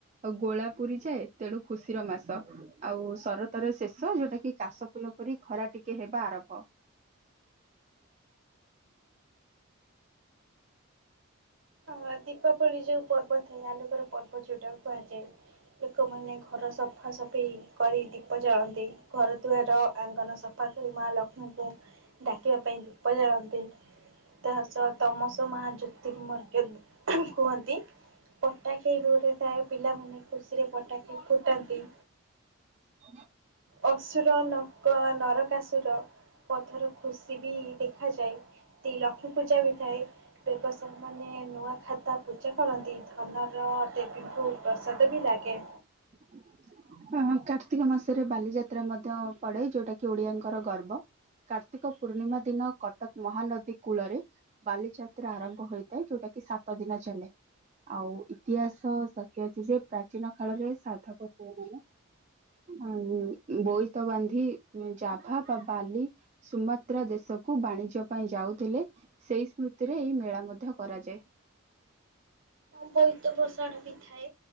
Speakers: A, on the right; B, on the right.
A: ଆଉ ଗୋଳା ପୁରୀ ଯାଏ ତେଣୁ ଖୁସିର ମାସ। ଆଉ ସରତର ଶେଷ ଯୋଉଟା କି କାଶ ଫୁଲ ପରି ଖରା ଟିକେ ହେବା ଆରମ୍ଭ।
B: ହଁ ଦୀପାବଳି ଯୋଉ ପର୍ବ ଥାଏ ଆଲୋକର ପର୍ବ। ପର୍ବ ଯୋଉଟାକୁ କୁହାଯାଏ ଲୋକମାନେ ଘର ସଫାସଫେଇ କରି ଦୀପ ଜାଳନ୍ତି। ଘରଦୁଆର ଆଙ୍ଗନ ସଫା କରି ମା ଲକ୍ଷ୍ମୀଙ୍କୁ ଡାକିବା ପାଇଁ ଦୀପ ଜାଳନ୍ତି ତା ସହ ତମସ ମା ଜ୍ୟୋତିମର୍ଗ କୁହନ୍ତି ପଟା ଖେଳ ବି ଗୋଟେ ଥାଏ ପିଲାମାନେ ଖୁସିରେ ପଟାକି ଫୁଟାନ୍ତି।
A: ହଁ
B: ଅସୁର ନକ ନରକାସୁର ପଥର ଖୁସି ଖୁସି ବି ଦେଖାଯାଏ। ଲକ୍ଷ୍ମୀ ପୂଜା ବି ଥାଏ ବ୍ୟବସାୟ ମାନେ ନୂଆ ଖାଦ୍ୟ ତା ପୂଜା କରନ୍ତି ଧନର ଦେବୀଙ୍କୁ ପ୍ରସାଦ ବି ଲାଗେ।
A: <inaudible> ହ କାର୍ତ୍ତିକ ମାସରେ ବାଲିଯାତ୍ରା ମଧ୍ୟ ପଡେ ଯୋଉଟା କି ଓଡିଆଙ୍କର ଗର୍ବ। କାର୍ତ୍ତିକ ପୂର୍ଣ୍ଣିମା ଦିନ କଟକ ମହାନଦୀ କୂଳରେ। ବାଲିଯାତ୍ରା ଆରମ୍ଭ ହୋଇଥାଏ ଯୋଉଟା କି ସାତ ଦିନ ଚାଲେ। ଆଉ ଇତିହାସ ସାଖି ଅଛି ଯେ ପ୍ରାଚୀନ କାଳରେ ସାଧବ ପୁଅ ମାନେ ଆଁନ୍ ବୋଇତ ବାନ୍ଧି ଜାଭା ବା ବାଲି ସୁମାତ୍ରା ଦେଶକୁ ବାଣିଜ୍ୟ ପାଇଁ ଯାଉଥିଲେ। ସେଇ ସ୍ମୃତିରେ ଏଇ ମେଳା ମଧ୍ୟ କରାଯାଏ।
B: ବୋଇତ ଭସାଣି ବିି ଥାଏ